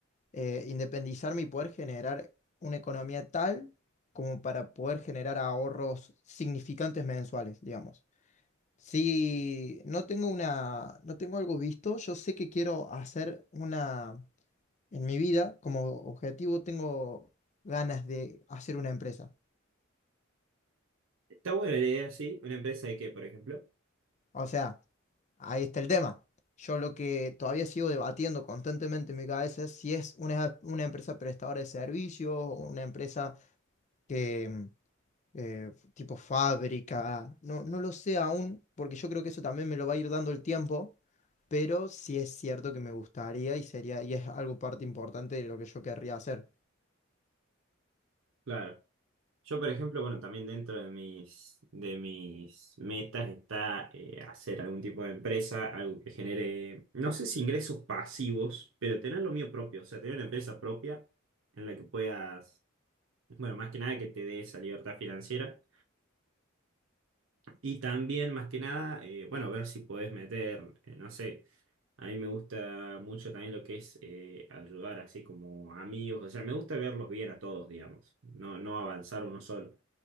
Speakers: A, on the left (about 35°); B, on the right (about 70°).
A: eh, independizarme y poder generar una economía tal como para poder generar ahorros significantes mensuales, digamos. Si no tengo una, no tengo algo visto, yo sé que quiero hacer una, en mi vida, como objetivo tengo ganas de hacer una empresa.
B: Está buena la idea, sí. Una empresa de qué, por ejemplo.
A: O sea, Ahí está el tema. Yo lo que todavía sigo debatiendo constantemente en mi cabeza es si es una, una empresa prestadora de servicios o una empresa que mm, eh, tipo fábrica. No, no lo sé aún, porque yo creo que eso también me lo va a ir dando el tiempo, pero sí es cierto que me gustaría y sería, y es algo parte importante de lo que yo querría hacer.
B: Claro. Yo, por ejemplo, bueno, también dentro de mis, de mis metas está eh, hacer algún tipo de empresa, algo que genere, no sé si ingresos pasivos, pero tener lo mío propio, o sea, tener una empresa propia en la que puedas, bueno, más que nada que te dé esa libertad financiera. Y también, más que nada, eh, bueno, ver si podés meter, eh, no sé. A mí me gusta mucho también lo que es eh, ayudar así como amigos, o sea, me gusta verlos bien a todos, digamos, no, no avanzar uno solo.